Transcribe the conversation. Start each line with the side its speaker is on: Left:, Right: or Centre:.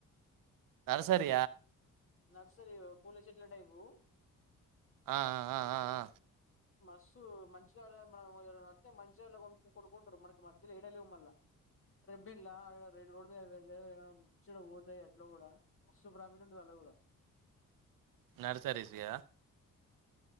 Right: సరసర్
Left: నర్సరీ పూల చెట్ల టైపు
Right: ఆ ఆ ఆ ఆ ఆ.
Left: మస్ మస్త్ మంచి <unintelligible> మంచిజ ఎలో గమ్ కొనుకుంటారు మనకి మధ్యలో లేడ లేవు మళ్ళీ రేపు బి ర రోడ్ మీద పెడ ముచ్చ పోతాయి అట్లా కూడా మస్తు ప్రాఫిట్ ఉంటుంది అలా కూడా
Right: నర్సరీస్గా